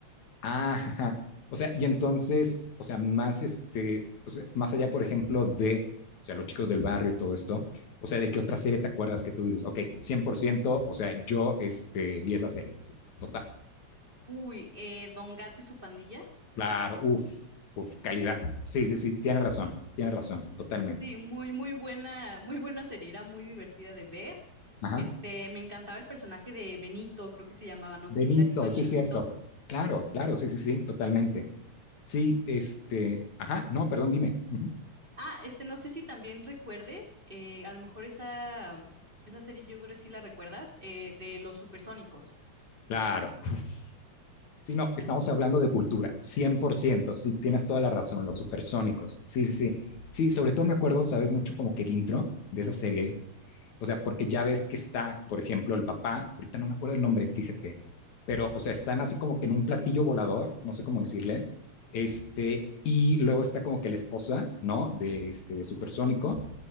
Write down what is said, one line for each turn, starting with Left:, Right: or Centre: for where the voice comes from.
Left: Ah, ajá. O sea, y entonces, o sea, más este, o sea, más allá, por ejemplo, de, o sea, los chicos del barrio y todo esto, o sea, ¿de qué otra serie te acuerdas que tú dices, ok, 100% o sea, yo este, vi esa serie, sí, total.
Right: Uy, eh, Don Gato y su pandilla.
Left: Claro, uff, uff, calidad. Sí, sí, sí, tienes razón, tienes razón, totalmente.
Right: Sí, muy, muy buena, muy buena serie, era muy divertida de ver.
Left: Ajá.
Right: Este, me encantaba el personaje de Benito, creo que se llamaba, ¿no?
Left: Benito,
Right: Como un gatito chiquito.
Left: sí, cierto. Claro, claro, sí, sí, sí, totalmente. Sí, este, ajá, no, perdón, dime. Ujú.
Right: Ah, este, no sé si también recuerdes, eh, a lo mejor esa, esa serie yo creo que sí la recuerdas, eh, de los supersónicos.
Left: Claro. Uf. Sí, no, estamos hablando de cultura, 100%, sí, tienes toda la razón, los supersónicos. Sí, sí, sí. Sí, sobre todo me acuerdo, sabes, mucho como que el intro de esa serie, o sea, porque ya ves que está, por ejemplo, el papá, ahorita no me acuerdo el nombre, fíjate, pero, o sea, están así como que en un platillo volador, no sé cómo decirle, este, y luego está como que la esposa, ¿no? De este, de supersónico